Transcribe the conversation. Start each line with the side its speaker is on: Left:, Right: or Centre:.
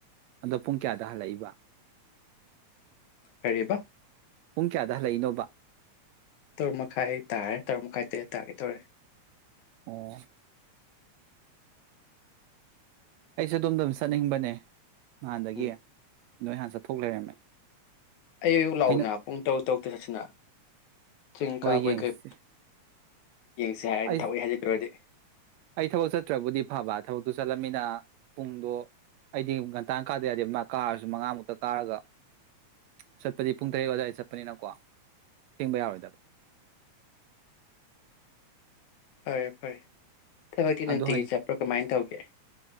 Right: ꯑꯗꯣ ꯄꯨꯡ ꯀꯌꯥꯗ ꯍꯜꯂꯛꯏꯕ
Left: ꯀꯔꯤꯕ
Right: ꯄꯨꯡ ꯀꯌꯥꯗ ꯍꯜꯂꯛꯏꯅꯣ ꯕꯥ
Left: ꯇꯔꯨꯛ ꯃꯈꯥꯏ ꯇꯥꯔꯦ ꯇꯔꯨꯛ ꯃꯈꯥꯏ ꯇꯔꯦꯠ ꯇꯥꯒꯦ ꯇꯧꯔꯦ
Right: ꯑꯣ ꯑꯩꯁꯦ ꯑꯗꯣꯝꯗ ꯑꯗꯨꯝ ꯆꯠꯅꯤꯡꯕꯅꯦ ꯅꯗꯒꯌꯥ
Left: ꯎꯝ
Right: ꯅꯣꯏ ꯍꯥꯟ ꯆꯠꯊꯣꯛ ꯂꯩꯔꯝꯃꯦ
Left: ꯑꯌꯨꯛ ꯑꯌꯨꯛ ꯂꯥꯎꯅ
Right: ꯑꯩꯅ
Left: ꯄꯨꯡ ꯇꯔꯨꯛ ꯇꯔꯨꯛꯇ ꯆꯠꯁꯤꯅ ꯆꯤꯡ
Right: ꯍꯣꯏ
Left: ꯀꯥꯕꯒꯤ
Right: ꯌꯦꯡꯁꯦ
Left: ꯀꯩ ꯌꯦꯡꯁꯤ ꯍꯥꯏꯔꯅꯤ
Right: ꯑꯩ
Left: ꯊꯕꯛꯏ ꯍꯥꯏꯖꯠꯇꯧꯨꯔꯗꯤ
Right: ꯑꯩ ꯊꯕꯛ ꯆꯠꯇ꯭ꯔꯕꯨꯗꯤ ꯐꯕ ꯊꯕꯛꯇꯨ ꯆꯠꯂꯝꯃꯤꯅ ꯄꯨꯡꯗꯣ ꯑꯩꯗꯤ ꯟꯇ ꯀꯥꯗ ꯌꯥꯗꯦ ꯃꯥ ꯀꯥꯔꯁꯨ ꯃꯉꯥꯃꯨꯛꯇ ꯀꯥꯔꯒ ꯆꯠꯄꯗꯤ ꯄꯨꯡ ꯇꯔꯦꯠ ꯑꯗꯨꯋꯥꯏꯗ ꯆꯠꯄꯅꯤꯅꯀꯣ ꯊꯤꯡꯕ ꯌꯥꯔꯣꯏꯗꯕ
Left: ꯐꯔꯦ ꯐꯔꯦ ꯇ ꯅ
Right: ꯑꯗꯣ ꯍꯌꯦꯡ
Left: ꯇꯦꯄ꯭ꯔꯝꯥꯏꯟ ꯇ ꯦ